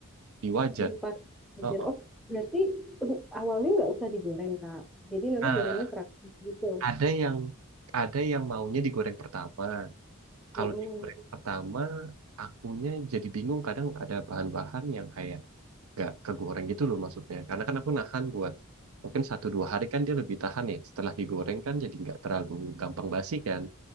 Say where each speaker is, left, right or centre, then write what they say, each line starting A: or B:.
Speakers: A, on the right; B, in the centre.
A: Di wajan
B: di Pajajaran.
A: Oh, oh.
B: Oh, berarti awalnya nggak usah digoreng Kak. Jadi nanti
A: Nah,
B: gorengnya terakhir gitu.
A: ada yang ada yang maunya digoreng pertama.
B: Heeh.
A: Kalau digoreng pertama, akunya jadi bingung kadang ada bahan-bahan yang kayak nggak kegoreng gitu loh maksudnya. Karena kan aku nahan buat mungkin satu dua hari kan dia lebih tahan ya. Setelah digoreng kan jadi nggak terlalu gampang basi kan.